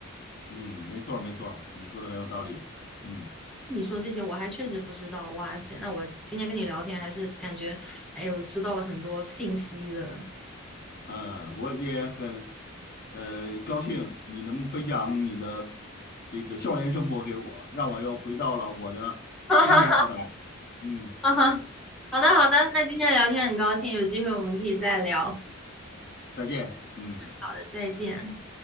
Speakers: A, on the left; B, in the centre.
A: 嗯，没错儿没错儿你说的很有道理。嗯。
B: 你说这些我还确实不知道，哇塞！那我今天跟你聊天还是感觉，哎呦，知道了很多信息的。
A: 嗯，我也很呃高兴你能分享你的这个校园生活给我，让我又回到了我的青年时代。
B: <laughs> 哈哈
A: 嗯，
B: 哈哈哈！好的好的，那今天聊天很高兴，有机会我们可以再聊。好
A: 再见。嗯。
B: 的再见。